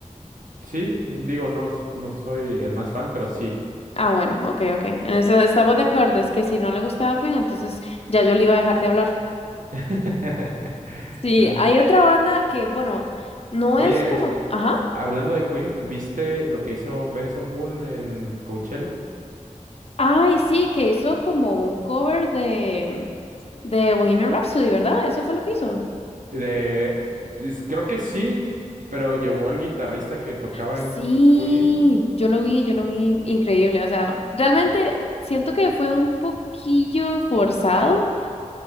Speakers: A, on the right; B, on the left.
A: sí, digo, no, s- no soy el más fan, pero sí.
B: Ah, bueno, ok, ok. En eso estamos de acuerdo, es que si no le gustaba Queen, entonces ya yo le iba a dejar de hablar.
A: <laughs>
B: Sí,
A: Eh,
B: hay otra banda que, bueno, no
A: Oye,
B: es como,
A: es-
B: ajá.
A: hablando de Queen, ¿viste lo que hizo Benson Boone en Coachella?
B: Ay, sí, que hizo como un cover de, de Bohemian Rhapsody, ¿verdad? Eso fue lo que hizo.
A: De, pues, creo que sí, pero llevó al guitarrista que tocaba
B: Sí,
A: en Queen.
B: yo lo vi, yo lo vi, increíble. O sea, realmente siento que fue un poquillo forzado,